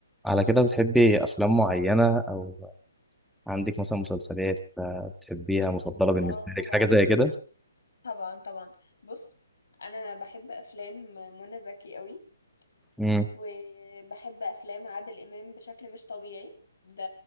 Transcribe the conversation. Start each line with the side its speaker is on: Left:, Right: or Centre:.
Centre: على كده بتحبي أفلام معينة أو عندك مثلا مسلسلات آه، بتحبيها مفضلة بالنسبة
Left: اه طبعا
Centre: لك حاجة زي كده؟
Left: طبعا طبعا بص انا بحب افلام منى زكي قوي
Centre: امم
Left: وبحب افلام عادل امام بشكل مش طبيعي ده